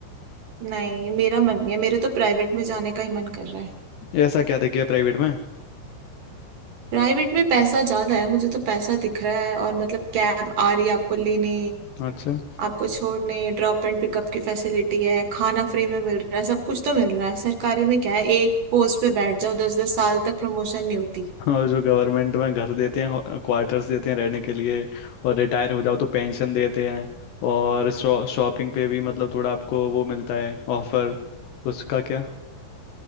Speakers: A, on the right; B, on the left.
A: नहीं मेरा मन नहीं है मेरे तो प्राइवेट में जाने का ही मन कर रहा है
B: ऐसा क्या दिख गया प्राइवेट में
A: प्राइवेट में पैसा ज्यादा है मुझे तो पैसा दिख रहा है और मतलब कैब आ रही है आपको लेने
B: अच्छा
A: आपको छोड़ने ड्रॉप एंड पिकअप की फैसिलिटी है खाना फ्री में मिल रहा है सब कुछ तो मिल रहा है सरकारी में क्या है एक पोस्ट पे बैठ जाओ दस दस साल तक प्रमोशन नहीं होती
B: और जो गवर्नमेंट में घर देते हैं क्वार्टर्स देते हैं रहने के लिए और रिटायर हो जाओ तो पेंशन देते हैं और शॉ, शॉपिंग पे भी मतलब थोड़ा आपको वो मिलता है ऑफर उसका क्या